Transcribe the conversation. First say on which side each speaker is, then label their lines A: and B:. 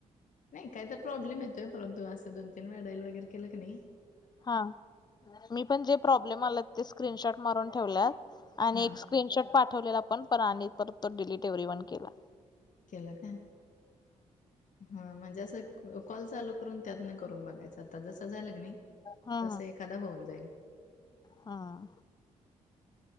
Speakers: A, on the left (about 55°); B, on the left (about 25°).
A: नाहीं कांहीत प्रॉब्लेम येतोय परंतु असं दोन तीनं वेळाईल वगैरें केलं की नाहीं
B: हां मी पणं जे प्रॉब्लेम आले ते स्क्रीनशॉट मारूंन ठेवल्यातं आणि
A: हा
B: स्क्रीनशॉट पाठवलेलां पणं पणं आणि पर तो डिलीट एव्हरी वंन केलां
A: केलां कां हां म्हणजे असं कॉल चालूं करूंन त्यांतून करूंन बघायचं आता जसं झालंकी नाहीं
B: हा
A: तसं एखाद्या होऊनं जाईलं
B: हां